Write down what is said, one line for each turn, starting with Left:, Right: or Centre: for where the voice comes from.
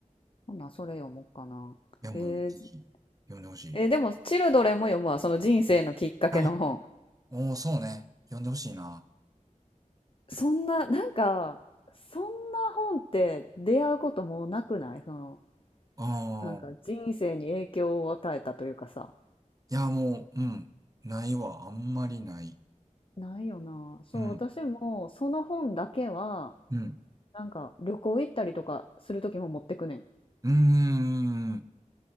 Left: ほんならそれ読もうかな。
Right: や、もうぜひ、
Left: えー、
Right: 呼んでほしい。
Left: えーでも、チルドレンも読むわ。その人生のきっかけの本。
Right: あ、おー、そうね。呼んでほしいな。
Left: そんな、なんか、そんな本って出会うこともなくないその、
Right: ああ、
Left: なんか人生に影響を与えたというかさ。
Right: いや、もう、うん。ないわ。あんまりない。
Left: ないよな。そう、
Right: うん、
Left: 私もその本だけは、
Right: うん。
Left: なんか旅行行ったりとかする時も持ってくねん。
Right: うーん、